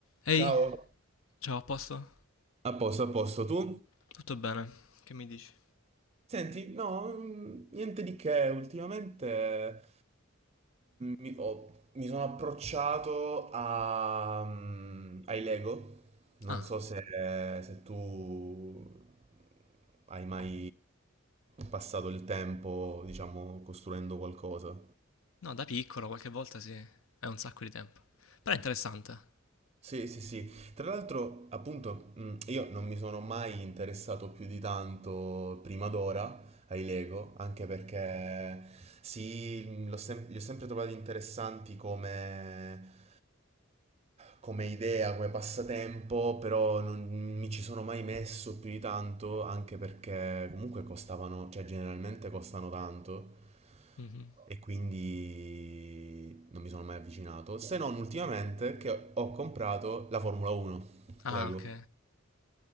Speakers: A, on the left; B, on the right.
A: Ehi,
B: Ciao.
A: ciao, a posto?
B: A posto, a posto, tu?
A: Tutto bene? Che mi dici?
B: Senti, no, mm, niente di che, ultimamente mi, ho- mi sono approcciato a, mm, ai Lego, non
A: Ah,
B: so se, se tu hai mai passato il tempo, diciamo, costruendo qualcosa.
A: no, da piccolo qualche volta sì, è un sacco di tempo. Però è interessante.
B: Sì, sì, sì. Tra l'altro, appunto, mh, io non mi sono mai interessato più di tanto prima d'ora ai Lego, anche perché sì, mh, l'ho sem- li ho sempre trovati interessanti come come idea, come passatempo, però non mi ci sono mai messo più di tanto, anche perché comunque costavano, cioè generalmente costano tanto
A: Mhm.
B: e quindi non mi sono mai avvicinato, se non ultimamente che ho comprato la Formula 1
A: Ah,
B: Lego.
A: ok.